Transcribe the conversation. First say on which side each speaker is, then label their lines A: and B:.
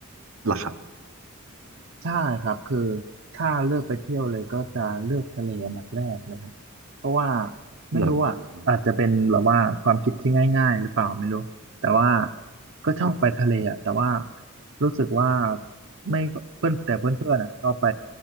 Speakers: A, on the right; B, on the right.
A: ล่ะครับ
B: ใช่ครับคือถ้าเลือกไปเที่ยวเลยก็จะเลือกทะเลอันดับแรกเลยครับเพราะว่าไม่รู้อ่ะอาจจะเป็นแบบว่าความคิดที่ง่ายๆหรือเปล่าไม่รู้แต่ว่า
A: เหราอืม
B: ก็ชอบไปทะเลอ่ะแต่ว่า
A: ครับ
B: รู้สึกว่าไม่เพื่อนแต่เพื่อนๆอ่ะชอบไป